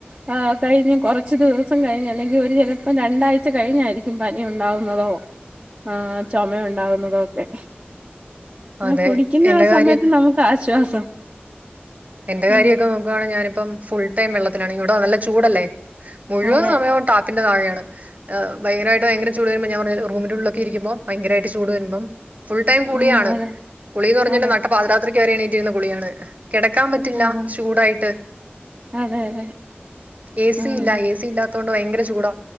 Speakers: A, on the right; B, on the right.
A: ആ കഴിഞ്ഞു കുറച്ചു ദിവസം കഴിഞ്ഞു അല്ലെങ്കിൽ ഒരു ചിലപ്പോ രണ്ടാഴ്ച കഴിഞ്ഞായിരിക്കും പനി ഉണ്ടാവുന്നതോ ആ ചുമ ഉണ്ടാവുന്നതോ ഒക്കെ
B: അതെ
A: ആ കുടിക്കുന്ന
B: എന്റെ
A: ആ
B: കാര്യം
A: സമയത്ത് നമുക്ക് ആശ്വാസം
B: എന്റെ കാര്യൊക്കെ
A: ഉം
B: നോക്കുവാണ് ഞാന ഇപ്പം ഫുൾ ടൈം വെള്ളത്തിലാണങ്കിൽ ഇവിടോ നല്ല ചൂടല്ലേ മുഴുവൻ
A: അതെ
B: സമയവും ട - ന്റെ തഴെയാണ് ഭയങ്കരായിട്ട് ഭയങ്കര ചൂട് വരുമ്പോ ഞാൻ പറഞ്ഞ റൂമിന്റെ ഉള്ളിലൊക്കെ ഇരിക്കുമ്പോ ഭയങ്കരായിട്ട് ചൂട് വരുമ്പോം ഫുൾ ടൈം കുളിയാണ്
A: ഉം അതെ
B: കുളി എന്ന് പറഞ്ഞാൽ
A: അതെ
B: നട്ട പാതി ത്രിക്ക് വരെ എണീറ്റിരുന്ന് കുളിയാണ് ക്കാൻ പറ്റില്ല
A: ആഹ്
B: ചൂടായിട്ട്
A: അതെ അതെ
B: എ സി
A: ആഹ്
B: ഇല്ല എസി ഇല്ലാ അതൊണ്ട് ഭയങ്കര ചൂടാ